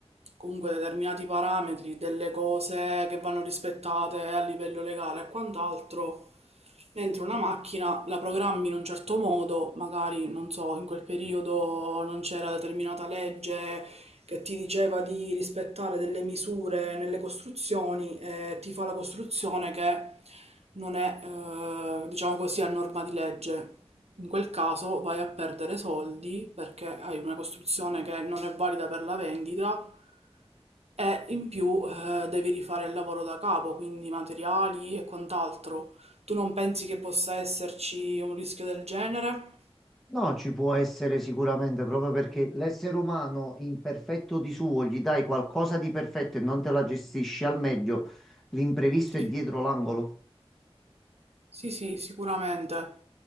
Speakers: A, on the right; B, in the centre.
A: comunque determinati parametri, delle cose che vanno rispettate a livello legale e quant'altro, dentro una macchina, la programmi in un certo modo, magari non so, in quel periodo non c'era determinata legge che ti diceva di rispettare delle misure nelle costruzioni e ti fa la costruzione che non è, eh, diciamo così, a norma di legge. In quel caso vai a perdere soldi perché hai una costruzione che non è valida per la vendita e in più eh, devi rifare il lavoro da capo, quindi materiali e quant'altro. Tu non pensi che possa esserci un rischio del genere?
B: No, ci può essere sicuramente, proprio perché l'essere umano imperfetto di suo gli dai qualcosa di perfetto e non te la gestisci al meglio, l'imprevisto è
A: Sì.
B: dietro l'angolo.
A: Sì, sì, sicuramente.